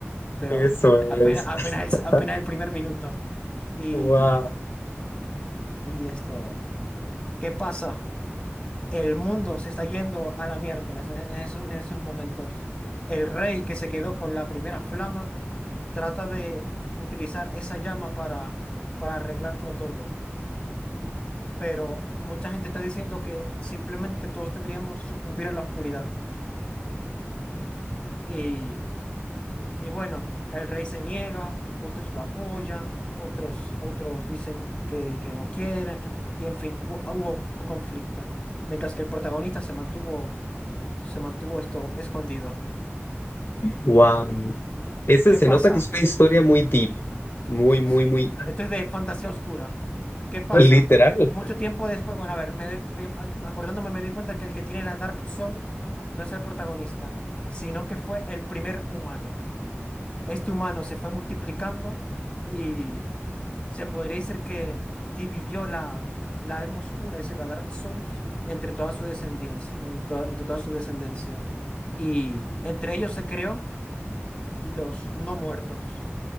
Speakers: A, on the left; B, on the left.
A: pero
B: Eso
A: <laughs>
B: es.
A: apenas, apenas,
B: <laughs>
A: el, apenas el primer minuto. Y,
B: Wow.
A: y esto, ¿qué pasa? El mundo se está yendo a la miércoles en, en esos, en esos momentos. El rey que se quedó con la primera flama trata de utilizar esa llama para, para arreglarlo todo. pero mucha gente está diciendo que simplemente todos deberíamos sucumbir a la oscuridad. Y, y bueno, el rey se niega, otros lo apoyan, otros, otros dicen que, que no quieren, y en fin, hu- hubo conflicto. Mientras que el protagonista se mantuvo, se mantuvo esto escondido.
B: Wow. Ese
A: ¿Qué
B: se
A: pasa?
B: nota que es una historia muy deep, muy,
A: Sí,
B: muy,
A: sí.
B: muy
A: Esto es de fantasía oscura. ¿Qué pasa?
B: literal.
A: Mucho tiempo después, bueno, a ver, me doy- me- acordándome me doy cuenta que el que tiene la Dark Souls no es el protagonista, sino que fue el primer humano. Este humano se fue multiplicando y se podría decir que dividió la, la alma oscura, es decir, la Dark Souls, entre toda su descendencia, en to- entre toda su descendencia. Y entre ellos se creó los no muertos.